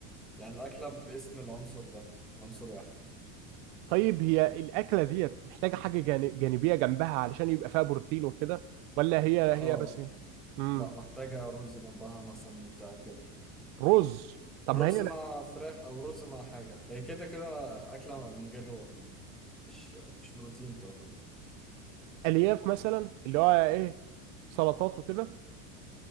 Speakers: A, in the centre; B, on the right.
A: يعني الاكله باسم العنصر ده عنصر واحد
B: طيب هي الأكلة ديت محتاجة حاجة جان- جانبية جنبها علشان يبقى فيها بروتين وكده ولا هي
A: اه
B: هي بس امم
A: لا محتاجه رز جنبها مثلا بتاع كده
B: رز طب
A: رز
B: ما هي
A: مع فراخ او رز مع حاجه هي كده كده اكله من غير روح يعني مش مش بروتين تعتبر
B: الألياف مثلا اللي هو إيه سلطات وكده